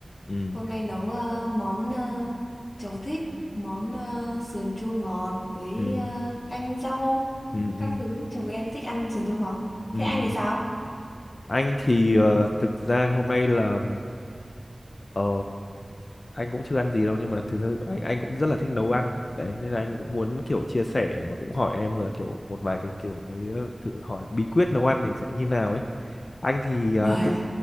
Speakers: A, on the left; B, on the left.
A: ừ
B: Hôm nay nấu à, món à, chồng thích, món à, sườn chua ngọt với
A: ừ
B: à, canh rau,
A: ừ
B: các
A: ừ
B: thứ. Chồng em thích ăn sườn chua ngọt.
A: ừ.
B: Thế anh
A: ừ.
B: thì sao?
A: Anh thì ờ, thực ra hôm nay là ờ, anh cũng chưa ăn gì đâu nhưng mà thực sự anh anh cũng rất là thích nấu ăn đấy nên là anh cũng muốn kiểu chia sẻ mà cũng hỏi em là kiểu một vài cái kiểu cái ờ, thử hỏi bí quyết nấu ăn thì sẽ như nào ấy anh thì ờ,
B: Uầy,
A: tức